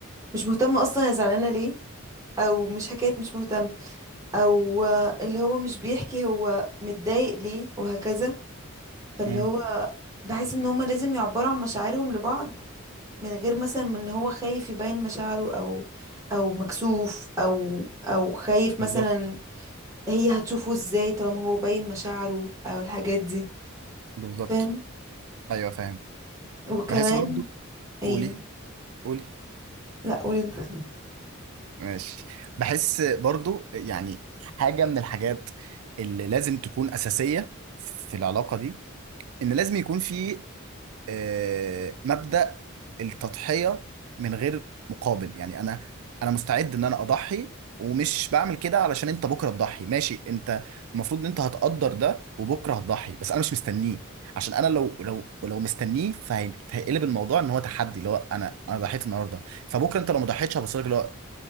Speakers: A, on the right; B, on the right.
A: مش مهتم اصلا انا زعلانه ليه او مش حكايه مش مهتم او آه، اللي هو مش بيحكي هو متضايق ليه وهكذا فاللي
B: مم.
A: هو بحس ان هما لازم يعبروا عن مشاعرهم لبعض من غير مثلا من ان هو خايف يبين مشاعره او او مكسوف او او خايف
B: بالظبط
A: مثلا هي هتشوفه ازاي طالما هو باين مشاعره او الحاجات دي
B: بالظبط
A: فاهم
B: ايوه فاهم
A: وكمان
B: بحس برضو
A: ايه
B: قولي قولي
A: لا قول انت
B: ماشي بحس برضو يعني حاجه من الحاجات اللي لازم تكون اساسيه في العلاقه دي ان لازم يكون في آه، مبدأ التضحية من غير مقابل يعني انا انا مستعد ان انا اضحي ومش بعمل كده علشان انت بكره تضحي ماشي انت المفروض ان انت هتقدر ده وبكره هتضحي بس انا مش مستنيه عشان انا لو لو لو مستنيه فهيقلب الموضوع ان هو تحدي اللي هو انا انا ضحيت النهارده فبكره انت لو ما ضحيتش هبص لك اللي هو